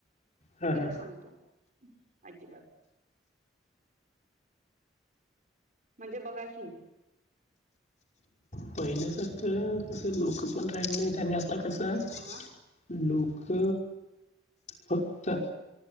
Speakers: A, on the left; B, on the right.
A: हां
B: खरं
A: हां
B: सांगतो अजिबात म्हणजे बघा स
A: पहिलंचत कसं लोक पण राहिलं नाही आणि आ आता कसं आहे
B: हा
A: लोक फक्त